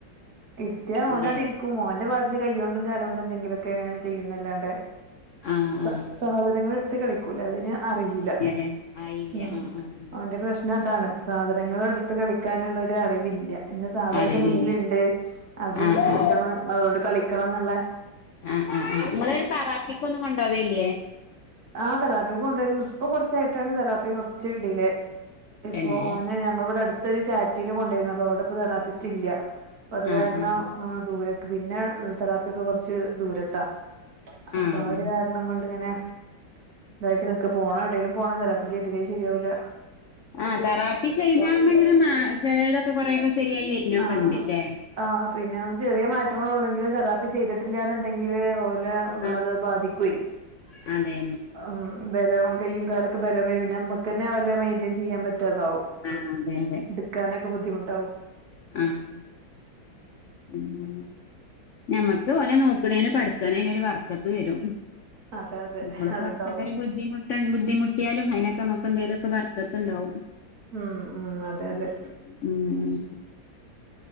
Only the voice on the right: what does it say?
രുത്തിയ ഓനോട്
ഇരിക്കും ഓൻന്റെ പാട്ടില് കയ്യ കൊണ്ടും കാലം കൊണ്ടും എെങ്കിലുമൊക്കെ അങ്ങനെ ചെയ്യുന്നല്ലാണ്ട്
സ
സഹോദരങ്ങൾ എടുത്ത കളിക്കൂല അതിന് അറിയിൂല
ഉം
അവന്റെ പ്രശ്നം അതാണ് സാധനങ്ങളൾ എടുത്ത് കളിക്കാനുള്ള അറിവില്ലന്ന സാധനന്റെ
മുന്നിലുണ്ട് അത്
എനിക്ക് എടുക്കണം
അത കളിക്കണംന്നുള്ളെ
ആ തെറാപ്പി കൊണ്ടുവരരുന്നു ഇപ്പൊ കൊറച്ചായിട്ടാണ് തെറാപ്പി കുറച്ച് ഇടിലേ ഇപ്പൊ
ഓനെ ഞങ്ങള ഇവിടെ അടുത്തൊരു ചാരിറ്റിയിൽ കൊണ്ടരുന്ന അപ്പൊ അവിടെ ഇപ്പ തെറാപ്പിസ്റ്റ് ഇല്ല അപ്പ അത്
കാരണം
ദൂര പിന്നെ തെറാപ്പിയ ഒക്കെ കുറച്ച് ദൂരത്താ അപ്പൊ
ആ ഒരു കാരണം കൊണ്ട് ഇങ്ങനെ ഇതായിട്ട് ന പോണം എവിടെങ്കിലും പോണം തറാപ്പി ചെയ്തില്ലങ്കിൽ ശരിയാവൂല്ല
ആഹ്
ആഹ് പിന്നെ നമുക്ക് ചെറിയ മാറ്റങ്ങൾ ഉള്ള തെറാപ്പി ചെയ്തിട്ടില്ലന്നുണ്ടെങ്കില് ഓലെ
അത് ബാധിക്കുവേ
ഉം ബലം കയ്യും കാലൊക്കെ ബലം വരും പിന്നെ നമ്മക്ക് തന്നെ വല്ല മെയ്ൻ്റെയ്ൻ ചെയ്യാൻ പറ്റാതാകും
എടുക്കാനെ ക്കെ ബുദ്ധിമുട്ടാവും
അതെ അതെ
അതുണ്ടാവും
ഉം ഉം അതെ അതെ